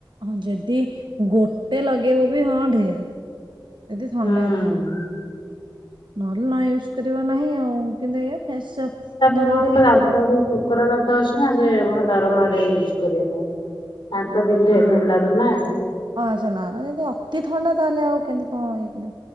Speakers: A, on the right; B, on the left.
A: ହ ଯ ଦି ଗୋଟେ ଲଗେଇବ ବି ହଁ ଢେର। ଯଦି ଥଣ୍ଡା
B: ହୁଁ।
A: ଦେହ ନହେଲେ ନ ୟୁଜ କରିବ ନାହିଁ ଆଉ କିନ୍ତୁ ଏୟା ଫେସ
B: ତା କଣ
A: ନେଲେ ଗୋଟେ।
B: କହିଲ ଦାନ୍ତ ବି ଠୋକରା ଦାନ୍ତ ଅଛି ନା ଯେ ଡର ମାଡେ ୟୁଜ କରିବା ପାଇଁ। ଦାନ୍ତ ବିନ୍ଧେ
A: ହଁ
B: ଥଣ୍ଡାରୁ
A: ହ
B: ନା।
A: ଅଛନା ନା ଯଦି ଅତି ଥଣ୍ଡା ତାହେଲେ ଆଉ କେମିତି କରିବ। କଣ।